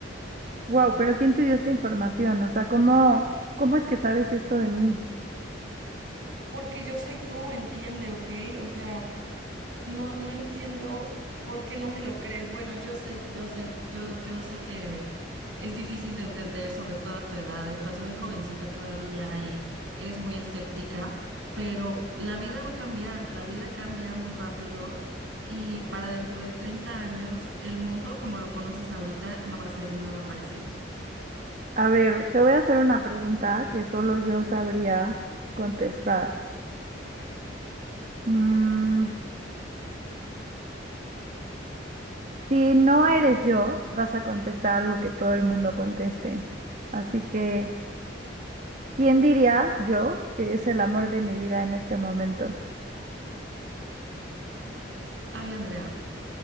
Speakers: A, on the right; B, on the right.
A: Wow, pero ¿quién te dio esta información? O sea, ¿cómo, cómo es que sabes esto de mí?
B: porque yo soy tú, entiende, ¿ok? O sea, No, no entiendo por qué no me lo crees. Bueno, yo sé, yo sé, yo, yo sé que es difícil de entender, sobre todo a tu edad. Estás muy jovencita todavía y eres muy escéptica, pero la vida va a cambiar, la vida cambia muy rápido y para dentro de 30 años el mundo como lo conoces ahorita no va a ser nada parecido.
A: A ver, te voy a hacer una pregunta que solo yo sabría contestar. Mm, si no eres yo, vas a contestar algo que todo el mundo conteste. Así que... ¿Quién diría yo que es el amor de mi vida en este momento?
B: Ay, Andrea.